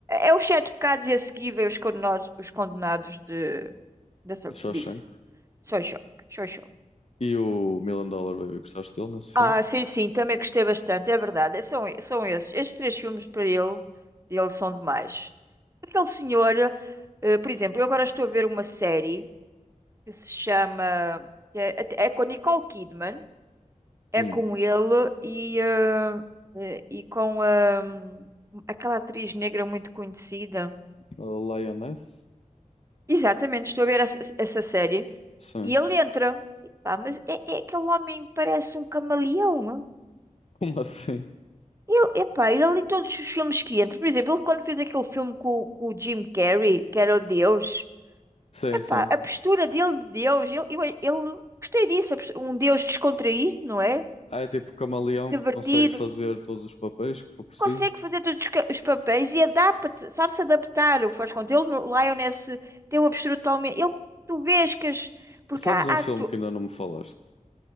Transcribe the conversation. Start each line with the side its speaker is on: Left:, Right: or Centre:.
Right: é os sete pecados e a seguir vem os condenados, os condenados de, dessa,
Left: de Shawshank.
Right: disso. Só choque, só choque.
Left: E o Million Dollar Baby, gostaste dele nesse filme?
Right: Ah, sim, sim, também gostei bastante, é verdade. é- São, são esses. Estes três filmes para ele, dele são demais. Aquele senhor, eh, por exemplo, eu agora estou a ver uma série que se chama. que É, é com a Nicole Kidman, é
Left: Hum.
Right: com ele e, eh, eh, e com ahm, aquela atriz negra muito conhecida.
Left: A Lioness?
Right: Exatamente, estou a ver essa, essa série
Left: Sim.
Right: e ele
Left: <laughs>
Right: entra. E Pá, mas é, é aquele homem parece um camaleão.
Left: Como assim?
Right: Ele, epá, ele ali todos os filmes que entra, por exemplo, ele quando fez aquele filme com, com o Jim Carrey, que era o Deus,
Left: Sim,
Right: epá,
Left: sim.
Right: a postura dele de Deus, ele, eu- ele gostei disso, a postu- um Deus descontraído, não é?
Left: Ah, é tipo camaleão
Right: Divertido,
Left: que consegue fazer todos os papéis que for preciso.
Right: consegue fazer todos os, ca- os papéis e adapta-te, sabe-se adaptar, o faz conta. Ele no Lioness tem uma postura totalmente. Ele, tu vês que as. Porque
Left: Sabes
Right: há. há
Left: um filme
Right: tu,
Left: que ainda não me falaste?